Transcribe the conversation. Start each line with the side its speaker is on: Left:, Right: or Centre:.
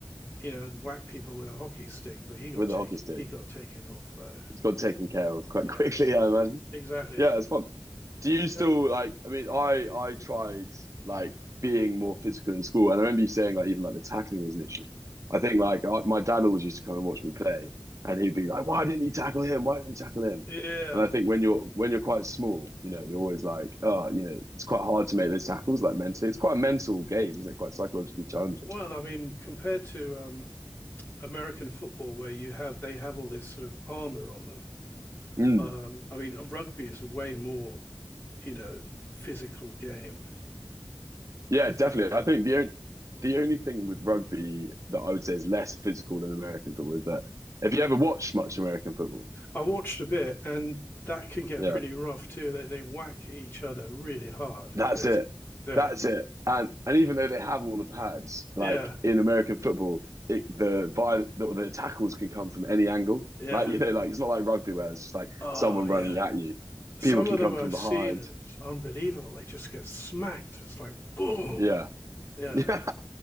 Left: you know whack people with a hockey stick, but he got
Right: with
Left: taken
Right: the hockey stick?
Left: he got taken off though.
Right: It's got taken care of quite
Left: Yeah,
Right: <laughs> quickly,
Left: he-
Right: I imagine.
Left: exactly.
Right: Yeah, it's fun. Do you still
Left: Yeah,
Right: like? I mean, I I tried like being more physical in school, and I remember you saying like even like the tackling was an issue. I think like I, my dad always used to come and watch me play, and he'd be like, "Why didn't you tackle him? Why didn't you tackle him?"
Left: yeah.
Right: And I think when you're when you're quite small, you know, you're always like, "Oh, you know, it's quite hard to make those tackles." Like mentally,
Left: Uh,
Right: it's quite a mental game, isn't it? Quite psychologically challenging.
Left: Well, I mean, compared to um, American football, where you have they have all this sort of armor on them.
Right: Mm.
Left: Um, I mean, rugby is a way more you know physical game.
Right: Yeah,
Left: I
Right: definitely.
Left: think
Right: I think the on- the only thing with rugby that I would say is less physical than American football is that if you ever watched much American football,
Left: I watched a bit, and that can get
Right: yeah,
Left: pretty rough too. They they whack each other really hard.
Right: that's
Left: It's-
Right: it.
Left: yeah,
Right: That's it. And and even though they have all the pads, like
Left: yeah,
Right: in American football, it, the viol the, the tackles can come from any angle.
Left: yeah.
Right: Like <laughs> you know, like it's not like rugby where it's just like
Left: Oh
Right: someone
Left: yeah.
Right: running at you.
Left: Some
Right: People can
Left: of them
Right: come
Left: I've
Right: from behind.
Left: seen it's unbelievable. They just get smacked. It's like boom.
Right: Yeah, <laughs>
Left: Yeah.
Right: yeah,